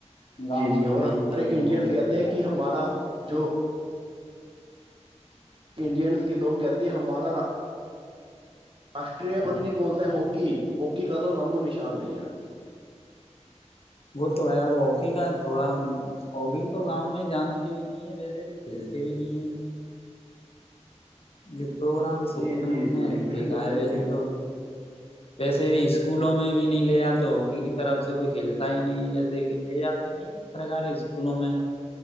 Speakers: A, on the left; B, on the right.
A: گاؤں
B: جی جی
A: میں
B: اور
A: بھی
B: ہمارے
A: دیکھنے
B: انڈینس
A: کو کرکٹ
B: کہتے ہیں
A: کا
B: کہ ہمارا جو انڈینس کے لوگ کہتے ہیں ہماراا راشٹری پتنی کونتا ہے ہاکی ہاکی کا تو نامو نشان نہیں ہے
A: وہ تو ہے وہ ی کا تھوڑا ہوگی تو گاؤں میں جانتے بھی نہیں ہے ویسے بھی کھیلتے بھی نہیں ہے <unintelligible> پروگرامس
B: جی
A: ہوتے
B: جی
A: ہیں ان
B: جی
A: میں
B: بالکل
A: دیکھا آئے
B: صحیح
A: ویسے
B: کہہ
A: تو ویسے بھی اسکولوں میں بھی نہیں لے جاتے ہاکی
B: رہے
A: کی طرف سے کوئی کھیلتا ہی نہیں ہے جیسے لے جاتے <unintelligible> سرکاری اسکولوں میں